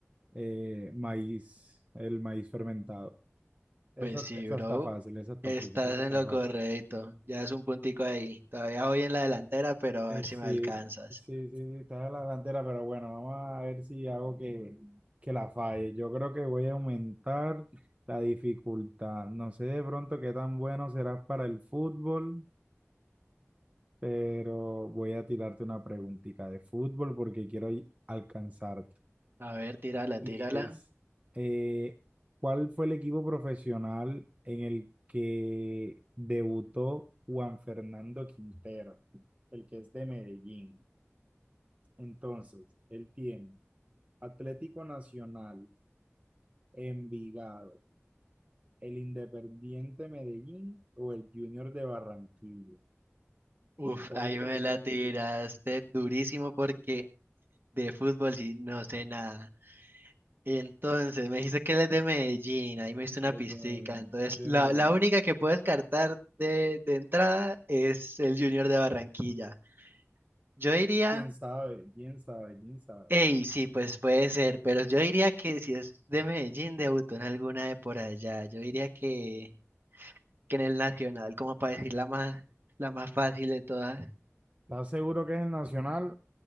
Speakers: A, on the right; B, on the right.
A: eh, maíz, el maíz fermentado. Esa,
B: Pues sí,
A: esa
B: bro.
A: está fácil, esa está,
B: Estás
A: fi- esa
B: en
A: está
B: lo
A: fácil.
B: correcto. Ya es un puntico ahí. Todavía voy en la delantera, pero
A: Eh,
B: a ver si
A: sí,
B: me alcanzas.
A: sí, sí, sí, está en la delantera, pero bueno, vamos a ver si hago que, que la falle. Yo creo que voy a aumentar la dificultad. No sé de pronto qué tan bueno serás para el fútbol, pero voy a tirarte una preguntita de fútbol porque quiero y- alcanzarte.
B: A ver, tírala, tírala.
A: Y es, eh, ¿cuál fue el equipo profesional en el que debutó Juan Fernando Quintero, el que es de Medellín? Entonces, él tiene Atlético Nacional, Envigado, el Independiente Medellín o el Junior de Barranquilla.
B: Uf,
A: ¿Cuál
B: ahí
A: creerías
B: me la tiraste
A: tú
B: durísimo porque de fútbol sí no sé nada. Entonces, me dijiste que él es de Medellín, ahí me hizo una
A: los
B: pistica.
A: de,
B: Entonces,
A: de
B: la,
A: Medellín?
B: la única que puedo descartar de, de entrada es el Junior de Barranquilla. Yo diría
A: ¿Quién sabe? ¿Quién sabe? ¿Quién sabe?
B: Ey, sí, pues puede ser, pero yo diría que si es de Medellín, debutó en alguna de por allá. Yo diría que, que en el Nacional, como para decir la más, la más fácil de todas.
A: ¿Estás seguro que es el Nacional?